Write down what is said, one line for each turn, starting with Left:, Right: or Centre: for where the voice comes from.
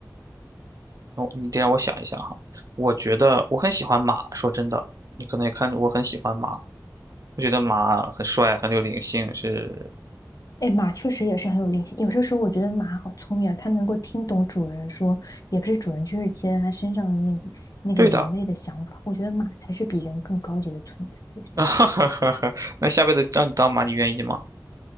Right: 我你得让我想一想哈。我觉得我很喜欢马，说真的，你可能也看我很喜欢马，我觉得马很帅，很有灵性，是
Left: 哎，马确实也是很有灵性。有些时候我觉得马好聪明啊，它能够听懂主人说，也不是主人，就是骑在它身上的那个那个人类的想法。
Right: 对的。
Left: 我觉得马才是比人更高级的存在。有些时
Right: <laughs> 那下辈子让你当马，你愿意吗？